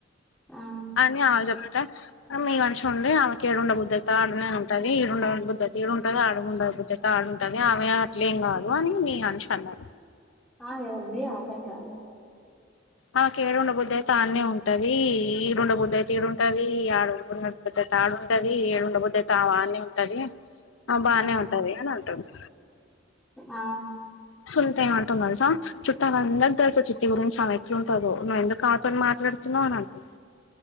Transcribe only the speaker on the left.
అని వాళ్లు చెప్ప మీ అనూష ఉంది ఆమెకి ఏడుండ బుద్ధతి అయితే ఆడనే ఉంటది, ఈడుండ బుద్దతి అయితే ఈడుంటది ఆడుండ బుద్ధి త ఆడుంటది ఆమె ఏం అట్లేం కాదు అని మీ అనుష అన్నాది
ఆమెకి ఏడుండ బుద్ధి అయితే ఆడనే ఉంటది, ఈడుండ బుద్ధి అయితే ఈడ ఉంటది ఆడుండ బుద్ధి ఆడు ఉంటది, ఈడుండ బుద్ది అయితే ఆమె ఆనే ఉంటది ఉంటది ఆమే బానే
ఉంటది అని అంటుంది
సునీత ఎం అంటుంది తెలుసా చుట్టాల అందరికీ తెలుసు చిట్టి గురించి ఆమె ఎట్లా ఉంటుందో నువ్వు ఎందుకు ఆమె తో మాట్లాడుతున్నావు అని అంటుంది